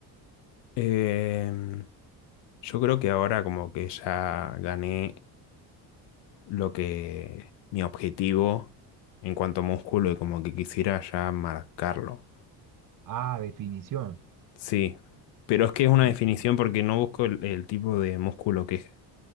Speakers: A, on the left (about 70°); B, on the right (about 50°).
A: Em, yo creo que ahora como que ya gané lo que... mi objetivo en cuanto a músculo y como que quisiera ya marcarlo.
B: Ah, definición.
A: Sí, pero es que es una
B: Listo.
A: definición porque no busco el, el tipo de músculo que es